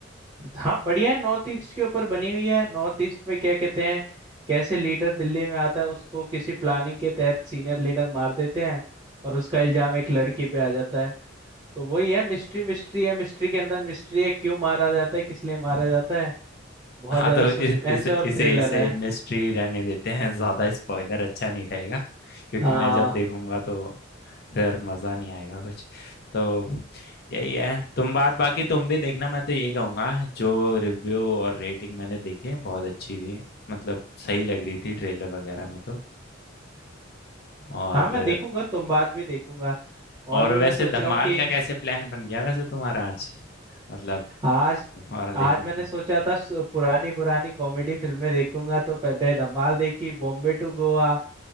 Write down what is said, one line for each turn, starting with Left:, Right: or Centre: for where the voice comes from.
Right: हाँ, बढ़िया है नॉर्थ ईस्ट के ऊपर बनी हुई है नॉर्थ ईस्ट में क्या कहते हैं कैसे लीडर दिल्ली में आता है उसको किसी प्लानिंग के तहत सीनियर लीडर मार देते हैं और उसका इल्जाम एक लड़की पे आ जाता है तो वही है मिस्ट्री मिस्ट्री है मिस्ट्री के अंदर मिस्ट्री है क्यों मारा जाता है किस लिए मारा
Left: अच्छा
Right: जाता है बहुत
Left: हाँ
Right: ज्यादा
Left: तो इ-
Right: सस्पेंस
Left: इसे
Right: है और
Left: इसे
Right: थ्रिलर
Left: इसे
Right: है
Left: मिस्ट्री रहने देते हैं ज्यादा स्पॉइलर अच्छा नहीं रहेगा क्योंकि
Right: हाँ
Left: मैं जब देखूंगा तो फिर मजा नहीं आएगा कुछ तो यही है तुम बात बाकी तुम भी देखना मैं तो ये कहूंगा जो रिव्यू और रेटिंग मैंने देखे बहुत अच्छी थी मतलब सही लग रही थी ट्रेलर वगैरह में तो और
Right: हाँ मैं देखूंगा तुम बात भी देखूंगा और
Left: और
Right: भी
Left: वैसे
Right: मैं सोच
Left: धमाल
Right: रहा हूँ कि
Left: का कैसे प्लान बन गया वैसे तुम्हारा आज मतलब
Right: आज
Left: धमाल देखने
Right: आज मैंने सोचा था सु- पुरानी पुरानी कॉमेडी फिल्में देखूंगा तो पहले धमाल देखी बॉम्बे टू गोवा